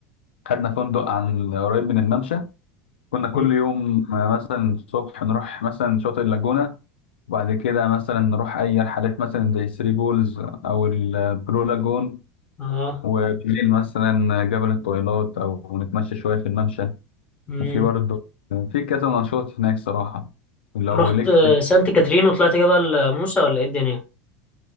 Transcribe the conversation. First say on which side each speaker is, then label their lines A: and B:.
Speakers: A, on the left; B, on the left.
A: خدنا فندق عن قريب من الممشى كنا كل
B: مم.
A: يوم مثلا الصبح نروح مثلا شاطئ اللاجونة وبعد كده مثلا نروح أي رحلات مثلا زي ثري بولز أو البلو لاجون
B: اه
A: وبالليل مثلا جبل الطويلات أو نتمشى شوية في الممشى
B: مم.
A: وفي برضه في كذا نشاط هناك صراحة لو
B: رحت
A: ليك
B: آه،
A: في
B: سانت كاترين وطلعت جبل آه، موسى ولا ايه الدنيا